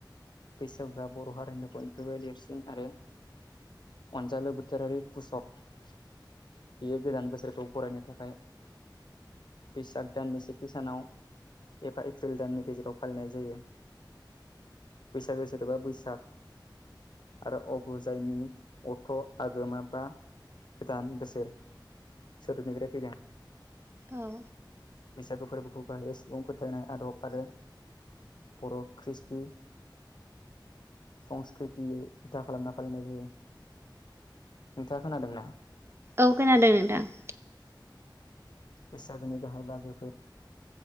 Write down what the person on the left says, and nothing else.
बैसागुआ बर' हारिनि बयनिफ्रायबो देरसिन आरो अनजालु बोथोरारि <unintelligible> बियो गोदान बोसोरखौ बरायनो थाखाय बैसाग दाननि सेथि सानाव एफा एप्रिल दाननि गेजेराव फालिनाय जायो बैसागो आरोबा बैसाग आरो अगु जायनि अथ' आगोमाबा गोदान बोसोर सोदोबनिफ्राय फैदों।
बैसागो फोरबोखौ गाहायै सुबुंफोर फोथायनाय आदब आरो बर' खृषटि संस्कृति बिथा खालामना फालिनाय जायो। नोंथाङा खोनादोंना?
बैसागोनि गाहाय बाहागोफोर